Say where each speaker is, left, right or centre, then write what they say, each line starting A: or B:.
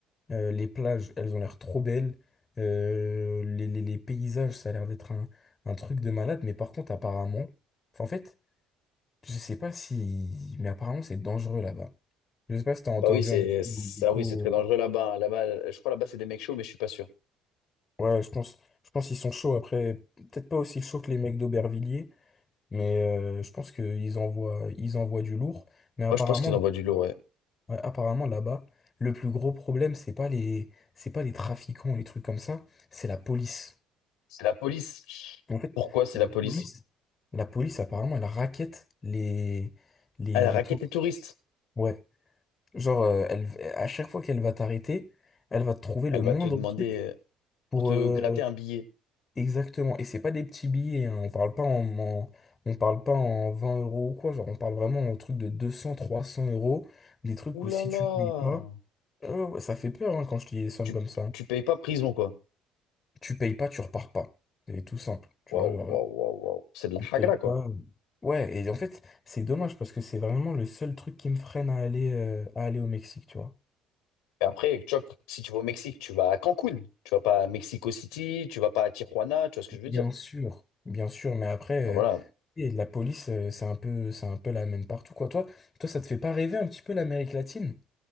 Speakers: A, on the left; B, on the left.
A: Euh, les plages elles ont l'air trop belles Euh, les, les- les paysages ça a l'air d'être un, un truc de malade mais par contre apparemment enfin, en fait je sais pas si mais apparemment c'est dangereux là-bas je sais pas si t'as entendu
B: Bah oui, c'est
A: un petit peu
B: ça,
A: des échos
B: oui, c'est très dangereux là-bas. hein. Là-bas, je crois là-bas, c'est des mecs chauds, mais je suis pas sûr.
A: euh, ouais je pense je pense qu'ils sont chauds après peut-être pas aussi chauds que les mecs d'Aubervilliers mais euh, je pense qu'ils envoient ils envoient du lourd mais apparemment
B: Moi, je pense qu'ils envoient du lourd, ouais.
A: Ouais, apparemment là-bas, le plus gros problème, c'est pas les, c'est pas les trafiquants ou les trucs comme ça, c'est la police.
B: C'est la police.
A: En fait,
B: Pourquoi c'est
A: la
B: la police?
A: police, la police apparemment, elle raquette les, les,
B: Elle raquette
A: les touristes.
B: les touristes.
A: Ouais. Genre, euh, elle, à chaque fois qu'elle va t'arrêter, elle va te trouver le
B: Elle
A: moindre
B: va te demander
A: truc
B: euh,
A: pour,
B: pour te
A: euh,
B: gratter un billet.
A: exactement. Et c'est pas des petits billets, hein, On parle pas en, en- on parle pas en 20 euros ou quoi. Genre, on parle vraiment en truc de deux cents trois cents euros. Des trucs
B: Ouh
A: où
B: là
A: si
B: là!
A: tu payes pas, euh, ouais, ça fait peur, hein, quand je te dis des sommes
B: Tu,
A: comme ça.
B: tu payes pas prison, quoi.
A: tu payes pas, tu repars pas. C'est tout simple. Tu
B: Waouh,
A: vois, genre,
B: waouh, waouh, waouh. C'est de la
A: tu payes
B: hagra,
A: pas.
B: quoi.
A: Ouais, et en fait, c'est dommage parce que c'est vraiment le seul truc qui me freine à aller, euh, à aller au Mexique, tu vois.
B: Et après, tu vois, si tu vas au Mexique, tu vas à Cancun. Tu vas pas à Mexico City, tu vas pas à Tijuana, tu vois ce que je veux
A: Bien
B: dire?
A: sûr, bien sûr, mais après,
B: Ah, Voilà.
A: euh, et la police, euh, c'est un peu, c'est un peu la même partout, quoi. Toi, toi, ça te fait pas rêver un petit peu l'Amérique latine?